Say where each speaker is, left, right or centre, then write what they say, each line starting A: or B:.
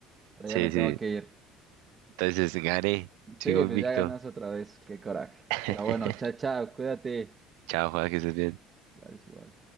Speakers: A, on the right; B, on the right.
A: Ahora
B: Sí,
A: ya me tengo
B: sí.
A: que ir.
B: Entonces, gané. Sigo
A: Sí, pues
B: invicto.
A: ya ganaste otra vez, qué coraje.
B: <laughs>
A: Pero bueno, chao, chao, cuídate.
B: Chao, Juan, que estés bien.
A: Gracias, igual.